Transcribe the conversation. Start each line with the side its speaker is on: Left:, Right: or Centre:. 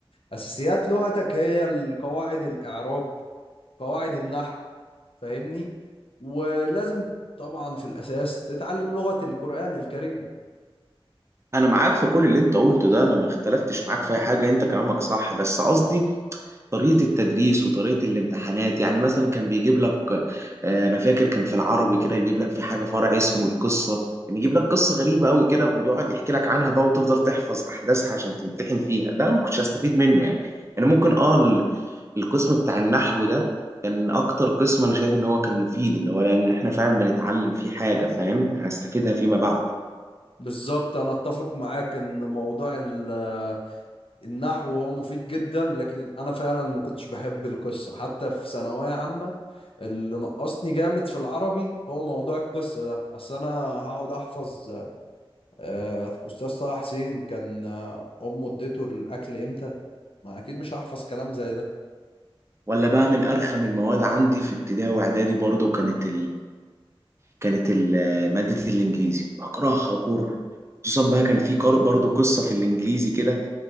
Left: اساسيات لغتك هي القواعد الاعراب قواعد النحو فاهمني ولازم طبعا في الاساس تتعلم لغة القرآن الكريم
Right: انا معاك في كل اللي انت قلته ده انا ما اختلفتش معاك في اي حاجه انت كلامك صح بس قصدي طريقة التدريس وطريقة الامتحانات يعني مثلا كان بيجيب لك آه، أنا فاكر كان في العربي كده يجيب لك في حاجة فرع اسمه القصة يعني يجيب لك قصة غريبة أوي كده ويقعد يحكي لك عنها بقى وتفضل تحفظ أحداثها عشان تمتحن فيها ده أنا ما كنتش هستفيد منه يعني يعني ممكن أه ال- القسم بتاع النحو ده كان أكتر قسم أنا شايف إن هو كان مفيد اللي هو لأن إحنا فعلا بنتعلم فيه حاجة فاهم هستفيدها فيما بعد
Left: بالظبط انا اتفق معاك ان موضوع ال- النحو هو مفيد جدا لكن انا فعلا ما كنتش بحب القصه حتى في ثانويه عامه اللي نقصني جامد في العربي هو موضوع القصه ده اصل انا هقعد احفظ آه، استاذ طه حسين كان آه، امه اديته الاكل امتى ما اكيد مش هحفظ كلام زي ده
Right: ولا بقى من أرخم المواد عندي في ابتدائي وإعدادي برضو كانت كانت ال- مادة الإنجليزي بكرهها كره خصوصا بقى كان في قار- برضه قصة في الإنجليزي كده